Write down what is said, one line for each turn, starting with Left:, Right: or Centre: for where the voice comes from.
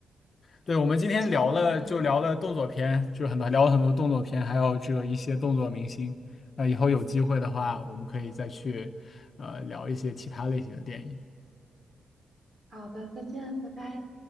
Left: 对，我们今天聊了，
Right: 希望我们在，
Left: 就聊了动作片，就是很多聊了很多动作片，还有这个一些动作明星。那以后有机会的话，
Right: 嗯，
Left: 我们可以再去呃聊一些其他类型的电影。
Right: 好的，再见，拜拜。